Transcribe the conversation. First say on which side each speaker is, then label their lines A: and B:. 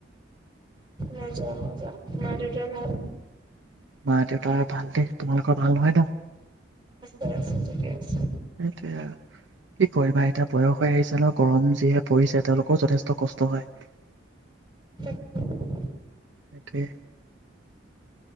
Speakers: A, on the right; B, on the right.
A: মজা মজা মাৰটো ভ
B: মা দেউতা ভাল দে তোমালোকৰ ভাল নহয় ন
A: আছো আছো তেকয়া <unintelligible> আছো
B: সেইটোৱে আৰু কি কৰিবা এতিয়া বয়স হৈ আহিছে ন গৰম যিহে পৰিছে তেওঁলোকৰও যথেষ্ট কষ্ট হয়
A: হ'ব
B: সেইটোৱে